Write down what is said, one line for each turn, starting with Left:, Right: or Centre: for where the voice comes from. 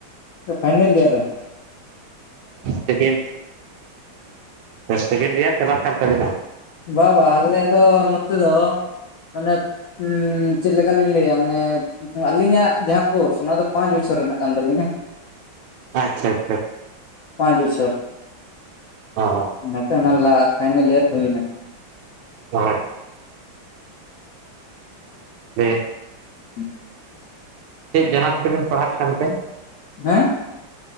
Left: ᱯᱷᱟᱭᱱᱮᱞ ᱤᱭᱟᱨ ᱨᱮ ᱾
Right: ᱥᱮᱠᱮᱱ, ᱥᱮᱠᱮᱱ ᱰᱮᱭᱟᱨ ᱪᱞᱟᱟᱜ ᱛᱟᱵᱤᱱᱟ?
Left: ᱵᱟ, ᱵᱟ, ᱟᱞᱮ ᱫᱚ ᱱᱚᱛᱮ ᱫᱚ ᱢᱟᱱᱮ ᱩᱸ ᱪᱮᱫ ᱞᱮᱠᱟᱞᱤᱧ ᱞᱟᱹᱭᱟ ᱢᱟᱱᱮ ᱟᱹᱞᱤᱧᱟᱜ ᱡᱟᱦᱟᱸ ᱠᱳᱨᱥ ᱚᱱᱟ ᱫᱚ ᱯᱟᱸᱪ ᱵᱚᱪᱷᱚᱨ ᱨᱮᱱᱟᱜ ᱠᱟᱱ ᱛᱟᱞᱤᱧᱟ᱾
Right: ᱟᱪᱪᱷᱟ, ᱟᱪᱪᱷᱟ᱾
Left: ᱯᱟᱸᱪ ᱵᱚᱪᱷᱚᱨ᱾
Right: ᱚᱻ
Left: ᱚᱱᱟᱛᱮ ᱚᱱᱟ ᱞᱟ ᱯᱷᱟᱭᱱᱮᱞ ᱤᱭᱟᱨ ᱦᱩᱭᱱᱟ᱾
Right: <unintelligible> <unintelligible>
Left: <unintelligible>
Right: ᱪᱮᱫ ᱡᱟᱱᱟᱛ ᱛᱮᱵᱤᱱ ᱯᱟᱲᱦᱟᱜ ᱠᱟᱱᱛᱮ?
Left: <unintelligible>